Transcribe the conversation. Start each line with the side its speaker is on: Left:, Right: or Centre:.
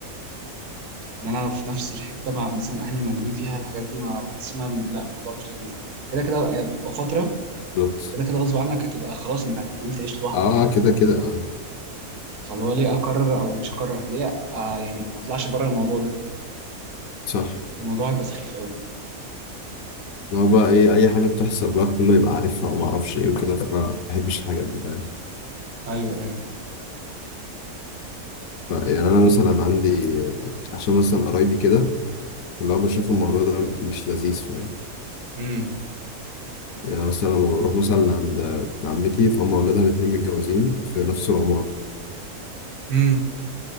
Right: ان انا في نفس الحته مع مثلا اهلي موجودين فيها الحاجات دي ما بحس انها لا الموضوع مش لذيذ كده كده هي بتبقى فتره
Left: بالظبط
Right: كده كده غصب عنك هتبقى خلاص انت هتتنقل تعيش لوحدك
Left: اه
Right: يعني
Left: آه، كده
Right: ف...
Left: كده اه
Right: فاللي هو ليه اقرر او مش اقرر ليه آه يعني ما اطلعش بره الموضوع ده
Left: صح
Right: الموضوع هيبقى سخيف قوي
Left: اللي هو بقى ايه اي حاجة بتحصل بقى كله يبقى عارفها وما اعرفش ايه وكده فانا ما بحبش الحاجات دي فاهم
Right: ايوه ايوه
Left: ف- يعني انا مثلا عندي عشان مثلا قرايبي كده اللي هو بشوف الموضوع ده مش لذيذ فاهم
Right: امم
Left: يعني مثلا لما بروح مثلا عند عمتي فهم أولادها الاتنين متجوزين في نفس العمارة
Right: امم